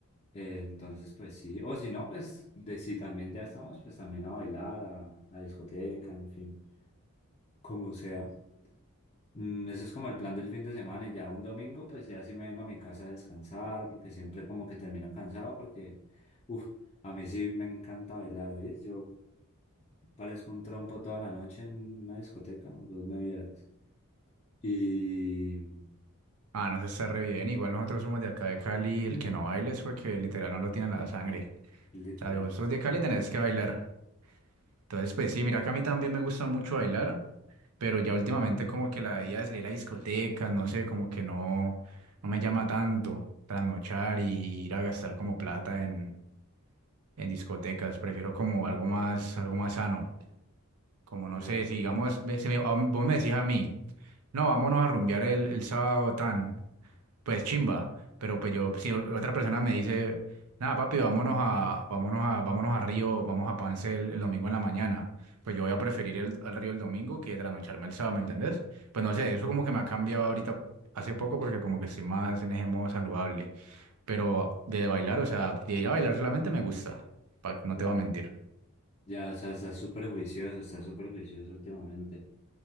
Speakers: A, on the left; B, on the right.
A: Eh, entonces, pues sí, o si no, pues de, si también ya estamos, pues también a bailar, a, a discoteca, en fin, como sea. Mm, ese es como el plan del fin de semana y ya un domingo, pues ya sí me vengo a mi casa a descansar, porque siempre como que termino cansado, porque, uff, a mí sí me encanta bailar, ¿oís? Yo parezco un trompo toda la noche en una discoteca, vos me vieras. Y
B: Ah, no se está re bien. Igual nosotros somos de acá de Cali,
A: <clears throat>
B: el que no baile es porque literal no lo tienen la sangre.
A: literal,
B: O sea, si vos sos de Cali tenés que bailar. Entonces, pues sí, mira que a mí también me gusta mucho bailar, pero ya últimamente como que la idea de salir a discotecas, no sé, como que no, no me llama tanto trasnochar y ir a gastar como plata en, en discotecas. Prefiero como algo más, algo más sano. Como
A: ya,
B: no sé, si digamos, me- si me- a- vos me decís a mí, no, vámonos a rumbear el, el sábado tan. pues chimba, pero pues yo, si otra persona me dice, nada, papi, vámonos a, vámonos a, vámonos a Río, vamos a Pance el, el domingo en la mañana, pues yo voy a preferir el, al Río el domingo que trasnocharme el sábado, ¿me entendés? Pues no sé, eso como que me ha cambiado ahorita hace poco porque como que estoy más en ese modo saludable, pero de bailar, o sea, de ir a bailar solamente me gusta, pa-
A: ya,
B: no te voy a mentir.
A: ya, o sea, está súper juicioso, está súper juicioso últimamente.